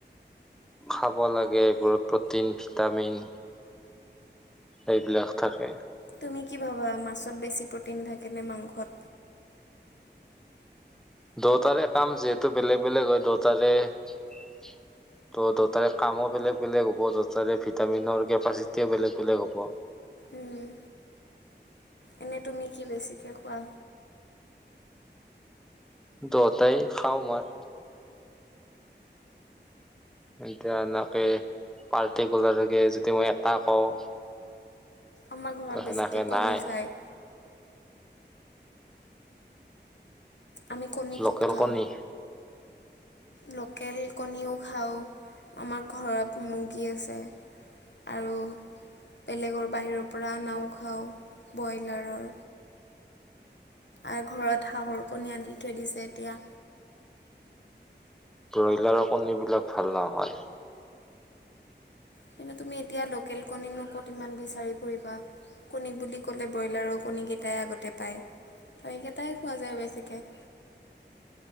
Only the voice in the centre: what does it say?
খাব লাগে, এইবোৰত প্ৰ'টিন, ভিটামিন এইবিলাক থাকে
দুয়োটাৰে কাম যিহেতু বেলেগ বেলেগ হয় দুয়োটাৰে ত' দুয়োটাৰে কামো বেলেগ বেলেগ হ'ব দুয়োটাৰে ভিটামিনৰ কেপাচিটিও বেলেগ বেলেগ হ'ব।
দুয়োতাই খাওঁ মই এতিয়া এনেকে পাৰ্টিকুলাৰকে যদি মই এটা কওঁ
ত সেনেকে
নাই
লোকেল
কণী
ব্ৰইলাৰৰ কণীবিলাক ভাল নহয়